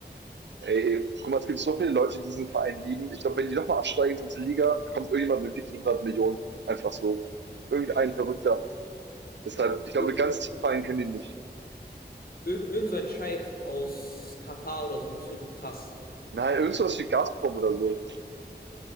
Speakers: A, on the right; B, on the left.
A: Ey, guck mal, es gibt so viele Leute, die diesen Verein lieben. Ich glaube, wenn die nochmal absteigen in die dritte Liga, kommt irgendjemand und gibt ihnen 100 Millionen. Einfach so. Irgendein Verrückter. Deshalb, ich glaube,
B: ir
A: ganz tief Verein kennen die nicht.
B: irgend, irgend so ein Scheich aus Katar oder so, das wäre krass.
A: Nein, irgendwas wie Gazprom oder so.